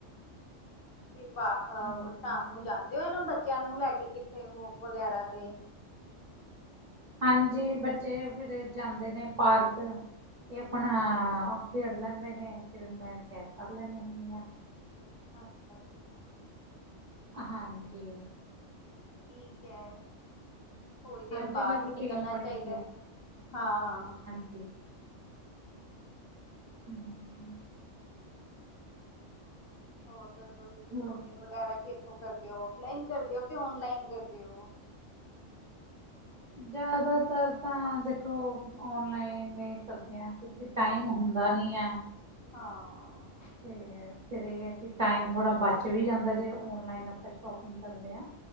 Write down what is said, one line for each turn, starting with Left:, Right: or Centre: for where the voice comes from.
Left: ਫਿਰ ਬਾਹ
Right: ਹਾਂਜੀ
Left: ਸ਼ਾਮ ਨੂੰ ਜਾਂਦੇ ਹੋ ਨਾ ਬੱਚਿਆਂ ਨੂੰ ਲੈ ਕੇ ਕਿੱਥੇ ਵੋਕ ਵਗੈਰਾ ਤੇ
Right: ਹਾਂਜੀ। ਬੱਚੇ ਫਿਰ ਜਾਂਦੇ ਨੇ ਪਾਰਕ ਤੇ ਆਪਣਾ
Left: ਅੱਛਾ
Right: ਖੇੜ ਲੈਂਦੇ ਨੇ ਫਿਰ ਮੈਂ ਸੈਰ ਕਰ ਲੈਂਦੀ ਹੁੰਦੀ ਹਾਂ।
Left: ਅੱਛਾ-ਅੱਛਾ
Right: ਹਾਂਜੀ।
Left: ਠੀਕ ਹੈ। ਥੋੜ੍ਹੀ ਦੇਰ
Right: ਹਾਂ ਜਿਵੇਂ
Left: ਬਾਹਰ
Right: ਰੂਟੀਨ
Left: ਵੀ ਨਿਕਲਣਾ
Right: ਬਣੀ
Left: ਚਾਹੀਦਾ
Right: ਹੁੰਦੀ ਹੈ।
Left: ਹਾਂ-ਹਾਂ।
Right: <unintelligible> ਹਮ।
Left: ਹੋਰ ਦੱਸੋ ਤੁਸੀਂ
Right: ਹੋਰ
Left: ਸ਼ੋਪਿੰਗ ਵਗੈਰਾ ਕਿ ਇੱਥੋਂ ਕਰਦੇ ਹੋ, ਫਲਾਈਨ ਕਰਦੇ ਹੋ ਕਿ ਔਨਲਾਈਨ ਕਰਦੇ ਹੋ।
Right: ਜ਼ਿਆਦਾਤਰ ਤਾਂ ਦੇਖੋ ਓਨਲਾਈਨ ਸਬਦਿਆ ਕਿਉਕਿ ਟਾਈਮ ਹੁੰਦਾ ਨੀ ਹੈ।
Left: ਹਾਂ।
Right: ਅਤੇ ਫਿਰ ਇਹ ਹੈ ਕਿ ਟਾਈਮ ਥੋੜ੍ਹਾ ਬਚ ਵੀ ਜਾਂਦਾ ਜੇ ਔਨਲਾਈਨ ਆਪਾਂ ਸ਼ੋਪਿੰਗ ਕਰਦੇ ਹਾਂ।